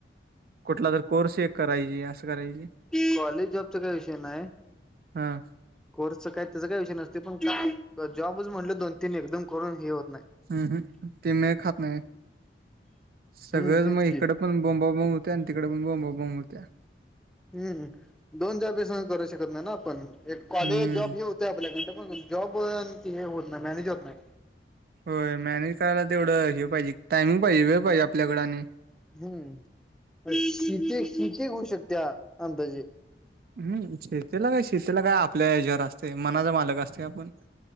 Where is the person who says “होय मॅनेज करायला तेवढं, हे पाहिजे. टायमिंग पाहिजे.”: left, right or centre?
Right